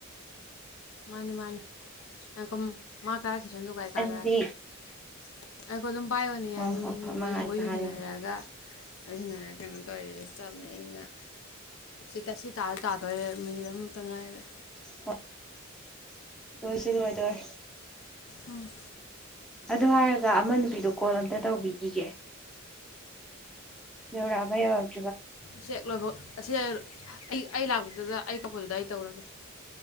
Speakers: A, on the left; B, in the centre.
A: ꯃꯥꯅꯦ ꯃꯥꯅꯦ ꯉꯥꯏꯈꯣ ꯃꯥꯠ ꯇꯥꯖꯁꯥꯅꯨ ꯒꯥꯔꯤ
B: ꯑꯗꯨꯗꯤ
A: ꯀꯔꯛꯑꯒꯦ <unintelligible> ꯄꯥꯏꯌꯨꯅꯦ ꯌꯥꯅꯤꯅꯦ
B: ꯑꯣ ꯍꯣ
A: ꯃꯤ
B: ꯍꯣꯏ
A: ꯋꯥꯔꯤ
B: ꯃꯉꯥꯏꯕ ꯍꯥꯟꯅꯒꯤ
A: <unintelligible> ꯁꯅꯔꯒ ꯑꯩ ꯅꯥꯔꯦ ꯀꯩꯅꯣꯝ ꯇꯧꯔꯦꯗ ꯁꯤ ꯆꯝꯅ ꯏꯪꯅ ꯁꯤ ꯇꯁꯤ ꯇꯥ ꯇꯥꯗꯣꯔꯦ ꯃꯤꯅꯤꯠ ꯑꯃꯥꯃꯨꯇꯪ ꯉꯥꯏꯔꯦ
B: <inaudible> ꯂꯣꯏꯁꯨ ꯂꯣꯏꯗꯣꯔꯦ
A: ꯎꯝ
B: ꯑꯗꯨ ꯍꯥꯏꯔꯒ ꯑꯃ ꯅꯨꯄꯤꯗꯣ ꯀꯣꯜ ꯑꯝꯇ ꯇꯧꯕꯤꯈꯤꯒꯦ ꯌꯧꯔꯛꯑꯕ ꯌꯧꯔꯛ
A: ꯁꯤ ꯍꯦꯛ ꯂꯣꯕꯒ <unintelligible> ꯑꯩ ꯑꯩ ꯂꯥꯛꯄꯗꯨꯗ ꯑꯩ ꯀꯄꯣꯗꯨꯗ ꯑꯩ ꯇꯧꯔꯒꯦ